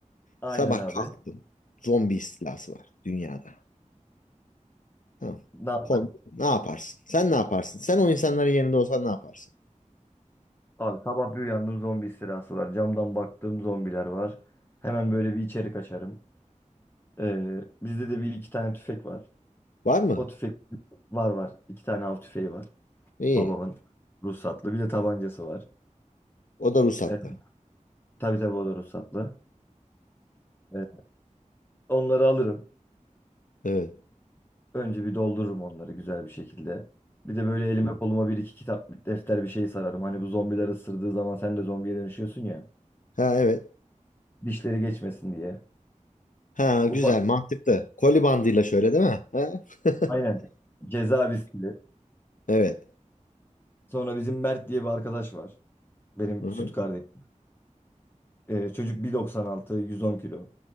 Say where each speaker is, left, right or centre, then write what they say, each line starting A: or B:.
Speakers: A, on the left (about 15°); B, on the left (about 80°).
A: Aynen
B: Sabah
A: abi.
B: kalktım. Zombi istilası var dünyada. Tamam.
A: Ne yaparım?
B: Konu, ne yaparsın? Sen ne yaparsın? Sen o insanların yerinde olsan ne yaparsın?
A: Abi sabah bir uyandım zombi istilası var. Camdan baktığım zombiler var. Hemen böyle bir içeri kaçarım. Ee, bizde de bir iki tane tüfek var.
B: Var mı?
A: O tüfek var var. İki tane av tüfeği var.
B: İyi.
A: Babamın ruhsatlı. Bir de tabancası var.
B: O da ruhsatlı.
A: Ee, tabii tabii o da ruhsatlı. Ee, onları alırım.
B: Evet.
A: Önce bir doldururum onları güzel bir şekilde. Bir de böyle elime koluma bir iki kitap, defter bir şey sararım. Hani bu zombiler ısırdığı zaman sen de zombiye dönüşüyorsun ya.
B: Ha evet.
A: Dişleri geçmesin diye.
B: Ha
A: Ufak
B: güzel mantıklı. Koli bandıyla şöyle değil mi? Ha? <laughs>
A: aynen ceza viskili.
B: Evet.
A: Sonra bizim Mert diye bir arkadaş var. Benim
B: Hı-hı.
A: süt kardeşim. Ee, çocuk 1.96 110 kilo.